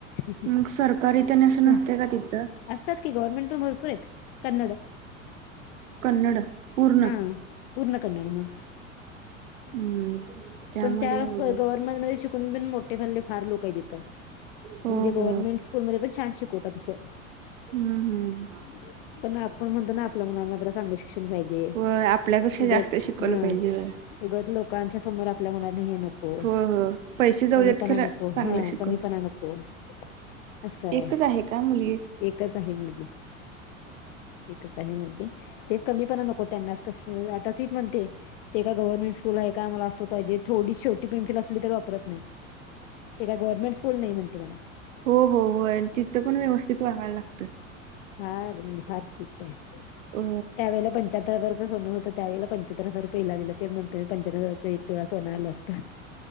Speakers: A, on the left; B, on the right.
A: ही, ही,
B: मग सरकारी तेन असं
A: ही
B: नसतय
A: हं
B: का तिथं
A: असत्यात की, गव्हर्नमेंट पण भरपूर आहेत. कन्नड
B: कन्नड पूर्ण
A: हा पूर्ण कन्नड म.
B: हम्म... त्यामध्ये
A: पण त्याफ
B: अवघड होतं.
A: गव्हर्नमेंटमध्ये शिकून पण मोठे झालेले फार लोक आहेत इथं
B: हो
A: म्हणजे गव्हर्नमेंट
B: हो
A: स्कूलमध्ये पण छान शिकवतता तसं.
B: हाम, हा
A: <unintelligible> पण आपण म्हणतो ना आपल्या मुलांना जरा शिक शिलगायी जे,
B: होय आपल्यापेक्षा
A: उगच
B: जास्त
A: हा
B: शिकवलं पाहिजे होय
A: उगच लोकांच्या समोर आप आपल्या मुलांना हे नको,
B: होय होय पैसे जाऊ
A: कमीपणा
B: देत खरं
A: नको
B: चांगलं
A: हा
B: शिकवलं
A: कमीपणा नको. असाय,
B: एकच आहे का मुलगी
A: एकच आहे मुलगी. हे करता हे म्हणते तेच कमीपणा नको त्यांनाच कस आता तीच म्हणते ते एका गव्हर्नमेंट स्कूल आहे का, आम्हाला अस पाहिजे, थोडी छोटी पेन्सिल असली तर वापरत नाही, ते काय गव्हर्नमेंट स्कूल नाही म्हणते मला.
B: हो -हो होय, आणि तिथं पण व्यवस्थित वागायला लागतय.
A: फार म्हणजे फार स्ट्रिक्टाय आहे
B: अ
A: त्यावेळेला पंचाहत्तर हजार रुपये फोन हो त त्यावेळे पंच्चाहत्तर हजार रुपये हिला दिल, ते म्हणतोय मी पंच्चाहत्तर हजार एक तोळा सोनं आल असत.